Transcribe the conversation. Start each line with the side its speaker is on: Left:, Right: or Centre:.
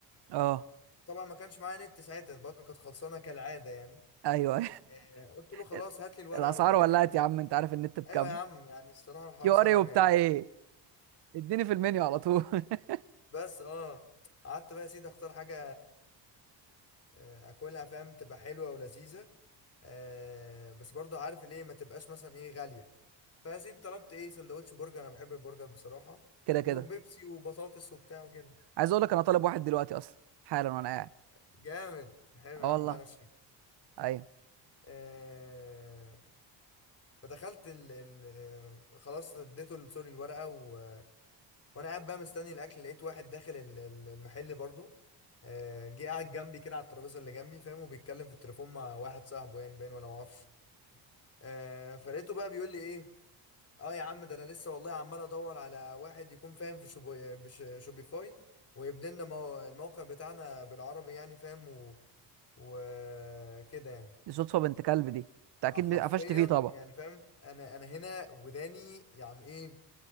Right: اه
Left: طبعا ما كانش معايا نت ساعتها الباقه كانت خلصانه كالعاده يعني
Right: ايوه <laughs>
Left: آه، قلت له خلاص
Right: أيوة.
Left: هات لي الورقه
Right: الاسعار
Left: ربنا
Right: ولعت
Left: يكرمك
Right: يا عم انت عارف النت بكام
Left: ايوه يا عم يعني الصراحه الحوار
Right: كيو
Left: صعب
Right: ار اي وبتاع
Left: يعني
Right: ايه اديني في المنيو على طول <laughs>
Left: بس اه قعدت بقى يا سيدي اختار حاجه آه، اكلها فاهم تبقى حلوه ولذيذه أه بس برضو عارف ليه ما تبقاش مثلا ايه غاليه فيا سيدي طلبت ايه سندوتش برجر انا بحب البرجر بصراحه
Right: كده
Left: وبيبسي
Right: كده
Left: وبطاطس وبتاع وكده
Right: عايز اقول لك انا طالب واحد دلوقتي اصلا حالا وانا قاعد
Left: جامد حلو
Right: اه
Left: يا عم
Right: والله
Left: لا انا شايف
Right: ايوه
Left: آه... فدخلت ال... ال... آه، خلاص اديته ال- سوري الورقه و... وانا قاعد بقى مستني الاكل لقيت واحد داخل ال- ال- المحل برضو آه... جه قاعد جنبي كده على الترابيزه اللي جنبي فاهم وبيتكلم في التليفون مع واحد صاحبه يعني باين ولا معرفش آه... فلقيته بقى بيقول لي ايه اه يا عم ده انا لسه والله عمال ادور على واحد يكون فاهم في شوبو... بش... شوبيفاي ويبني لنا مو... الموقع بتاعنا بالعربي يعني فاهم و... وكده يعني
Right: دي صدفه بنت كلب دي انت اكيد
Left: اه حرفيا
Right: قفشت فيه طبعا
Left: يعني فاهم انا انا هنا وداني يعني ايه